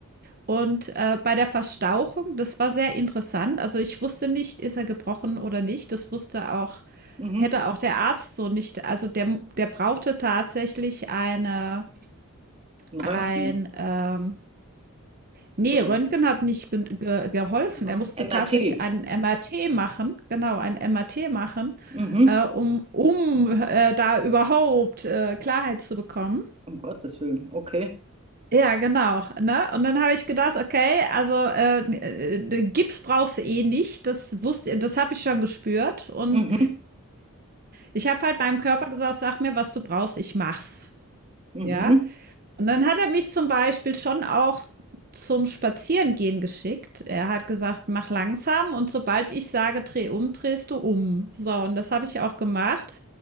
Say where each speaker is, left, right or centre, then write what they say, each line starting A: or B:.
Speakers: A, on the right; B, on the right.
A: Und, äh, bei der Verstauchung, das war sehr interessant. Also, ich wusste nicht, ist er gebrochen oder nicht. Das wusste auch
B: mhm.
A: hätte auch der Arzt so nicht also, der der brauchte tatsächlich eine
B: Ein
A: ein,
B: Röntgen,
A: ähm ne,
B: oder?
A: Röntgen hat nicht gen ge geholfen.
B: Aha.
A: Er musste
B: MRT.
A: tatsächlich ein MRT machen, genau, ein MRT machen,
B: Mhm.
A: äh, um um, äh, da überhaupt, äh, Klarheit zu bekommen.
B: Um Gottes Willen, okay.
A: Ja, genau, ne? Und dann habe ich gedacht: „Okay, also, äh, äh, Gips brauchst du eh nicht.“ Das wusste das habe ich schon gespürt und
B: Mhm,
A: ich habe halt meinem Körper gesagt: „Sag mir, was du brauchst, ich mach's.
B: mhm.
A: Ja? Und dann hat er mich zum Beispiel schon auch zum Spazierengehen geschickt. Er hat gesagt, mach langsam und sobald ich sage, dreh um, drehst du um. So, und das habe ich auch gemacht.